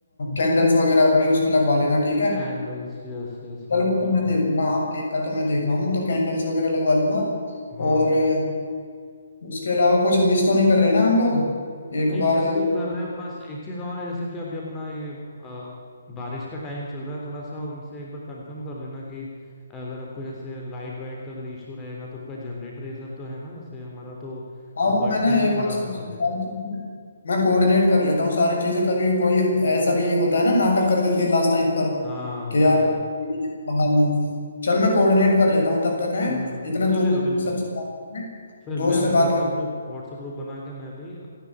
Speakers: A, on the left; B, on the left.
A: कैंडल्स वगैरह भी उसमें लगवा लेना ठीक है
B: कैंडल्स यस यस
A: चलो
B: हाँ
A: मैं तो
B: बिल्कुल
A: मैं देखूंगा हाँ केक का तो मैं देख रहा हूँ तो कैंडल्स वगैरह लगवा लूंगा
B: हाँ
A: और अ, उसके अलावा कुछ मिस तो नहीं कर रहे ना हम लोग एक
B: नहीं
A: बार
B: मिस नहीं कर रहे बस एक चीज और है जैसे कि अभी अपना ये अ, बारिश का टाइम चल रहा है थोड़ा सा उनसे एक बार कंफर्म कर लेना कि अगर आपको जैसे लाइट वाइट का अगर इशू रहेगा तो उनका जनरेटर ये सब तो है ना जैसे हमारा तो
A: हाँ
B: जो
A: वो
B: बर्थडे
A: मैं ना
B: है वो
A: एक बार
B: खराब
A: सब
B: ना
A: सारी
B: हो जाए
A: चीजें मैं कोऑर्डिनेट कर लेता हूँ सारी चीजें कभी कोई ऐसा भी होता है ना नाटक कर देते हैं लास्ट टाइम पर
B: हाँ
A: कि
B: होता
A: यार
B: है
A: ये बाहर ना हो। चल मैं कोऑर्डिनेट कर लेता हूँ तब तक है
B: हम्म
A: इतना
B: चलेगा
A: तू भी अपनी
B: बिल्कुल
A: सबसे बात कर ले,
B: फिर
A: दोस्त
B: मैं
A: से
B: भी व्हाट्सएप
A: बात कर
B: ग्रुप व्हाट्सएप ग्रुप बना के मैं भी अ,